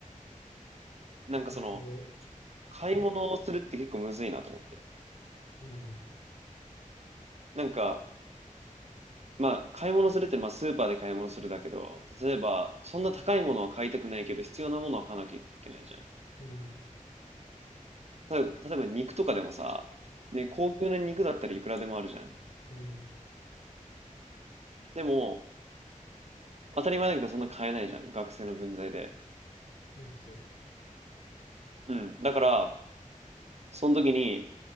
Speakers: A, on the right (about 50°); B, on the left (about 75°).
A: なんかその、
B: なんで
A: 買い物をするって結構むずいなと思って。
B: うん。
A: なんか、まあ、買い物するってまあスーパーで買い物するだけど、例えば、そんな高いものは買いたくないけど、必要なものは買わなきゃいけないじゃん。
B: うん。
A: 例えば、例えば肉とかでもさ、ね、高級な肉だったらいくらでもあるじゃん。
B: うん。
A: でも、当たり前だけどそんな買えないじゃん。学生の分際で。
B: まあそうだね。
A: うん。だから、その時に、